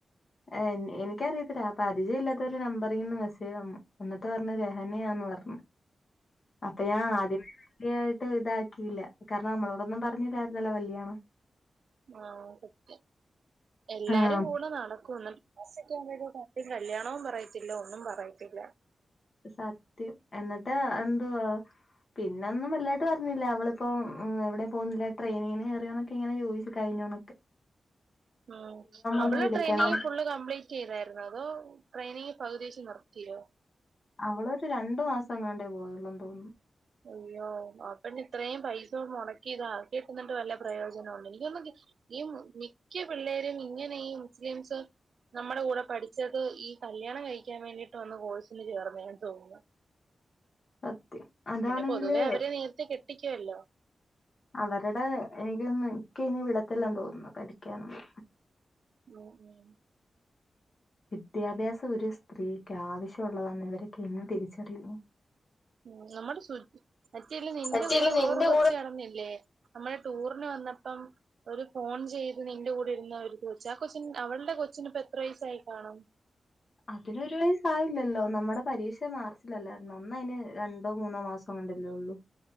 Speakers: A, on the left; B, on the right.
A: ഏഹ് എനിക്കറിയത്തില്ല അപ്പൊ പരിചയമല്ലാത്ത ഒരു നമ്പറിന്ന് മെസ്സേജ് വന്നു എന്നിട്ട് പറഞ്ഞു രഹനയാന്ന് പറഞ്ഞു.
B: <inaudible>
A: അപ്പൊ ഞാൻ ആദിത്യായിട്ട് ഇതാക്കിയില്ല കാരണം നമ്മളോടൊന്നും പറഞ്ഞരരുന്നല്ലോ കല്യയാണോ
B: ആഹ് സത്യം എല്ലാരും
A: ആഹ്
B: കൂടെ നടക്കുന്ന്. ഫസ്റ്റ് ഒക്കെ ഇന്റെട്ടുത് കല്യണോം പറയത്തില്ല, ഒന്നും പറയത്തില്ല.
A: സത്യം എന്നിട്ട് എന്തുവാ? പിന്നെ ഒന്നും വല്ലാണ്ട് പറഞ്ഞില്ല അവളിപ്പോ എവിടെ പോകുന്നില്ല ട്രെയിനിഗിന് കേറിയൊന്നൊക്കെ ഇങ്ങനെ ചോദിച്ച് കഴിഞ്ഞോന്ന്
B: ഉ അവള്
A: ഒന്ന് വിളിക്കണേ
B: ട്രെയിനിങ് ഫുള്ള് കംപ്ലീറ്റ് ചെയ്തായിരുന്നു അതോ ട്രെയിനിങ് പകുതി വെച്ച് നിർത്തിയോ
A: അവളൊരു രണ്ടു മാസം കൊണ്ടേ പോയുള്ളു തോന്നുന്നു
B: അയ്യോ അപെണ്ണ് ഇത്രയും പൈസ മുടക്കി ഇത് ആക്കിട്ടുന്നിട്ട് വല്ല പ്രയോജനം ഉണ്ട് എനിക്കൊന്ന ഈ മിക്ക പിള്ളേരും ഇങ്ങനെ ഈ മുസ്ലിംസ് നമ്മുടെ കൂടെ പഠിച്ചത് ഈ കല്യാണം കഴിക്കാൻ വേണ്ടിയിട്ട് വന്ന് കോഴ്സിന് ചേർന്ന് തോന്നുന്നു.
A: സത്യം. അതാണെങ്കില്
B: പിന്നെ പൊതുവേ അവര് നേരത്തെ കെട്ടിക്കുവല്ലോ.
A: അവരുടെ എനിക്ക് തോന്നുന്ന് ഇക്ക ഇനി വിടത്തില്ലെന്ന് തോന്നുന്നു പാടിക്കാനൊന്നു
B: <unintelligible>
A: വിദ്യാഭ്യാസം ഒര് സ്ത്രീക്ക് ആവശ്യമുള്ളതന്ന് ഇവരൊക്കെ എന്ന് തിരിച്ചറിയുന്നേ
B: ഉം നമ്മുടെ സു <unintelligible> നിന്റെ
A: സത്യല്ലേ
B: കൂടെ
A: നിന്റെ
B: വേറേ ഒരു കൊച്ച്
A: കൂടെ
B: നടന്നില്ലേ? നമ്മള് ടൂറിന് വന്നപ്പം ഒര് ഫോൺ ചെയ്ത് നിന്റെ കൂടെ ഇരുന്ന ഒരു കൊച്ച് ആ കൊച്ച്. അവളുടെ കൊച്ചിന് ഇപ്പോ എത്ര വയസ്സായി കാണും?
A: അതിന് ഒരു വയസ് ആയില്ലല്ലോ നമ്മുടെ പരീക്ഷ മാർച്ചിലല്ലാരുന്നോ. അന്ന് അയ്ന് രണ്ടോ മൂന്നോ മാസങ്ങണ്ടല്ലേ ഒള്ളു